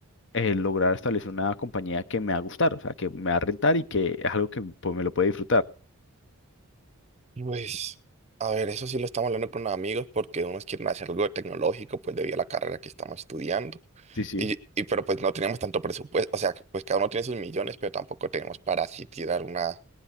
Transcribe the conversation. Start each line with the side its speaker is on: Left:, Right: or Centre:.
Left: eh, lograr establecer una compañía que me va a gustar, o sea, que me va a rentar y que es algo que pues, me lo puede disfrutar.
Right: Pues, a ver, eso sí lo estamos hablando con amigos porque unos quieren hacer algo tecnológico, pues debido a la carrera que estamos estudiando.
Left: Sí, sí,
Right: Y, y pero pues no tenemos tanto presupuesto, o sea, pues cada uno tiene sus millones, pero tampoco tenemos para así tirar una